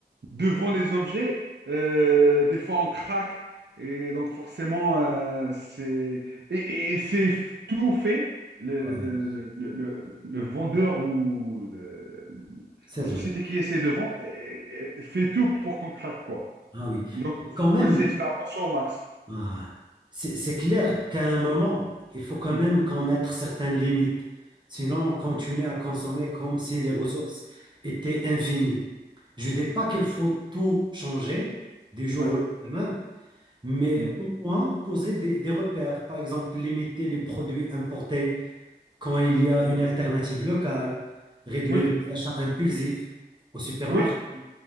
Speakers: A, on the right; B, on the right.
A: devant les objets, euh, des fois on craque. Et donc forcément, euh, c'est et, et c'est f- tout fait, le,
B: ouais.
A: le, le- le- le- le le vendeur ou le-
B: C'est
A: la
B: vrai.
A: société qui essaie de vendre eh, eh, fait tout pour qu'on craque, quoi.
B: Ah oui.
A: Donc,
B: Mais
A: faut
B: quand même.
A: essayer de faire attention au max.
B: Ah, c'est c'est clair qu'à un moment, il faut quand
A: Mhm.
B: même qu'on mette certaines limites. Sinon, on continue
A: Mhm.
B: à consommer comme si les ressources étaient infinies. Je ne dis pas qu'il faut tout changer du jour
A: Ouais.
B: au lendemain, mais
A: Mhm.
B: au moins poser des, des repères. Par exemple, limiter les produits importés quand il y a
A: Mhm.
B: une alternative locale, réduire
A: Oui,
B: les achats impulsifs au supermarché
A: oui,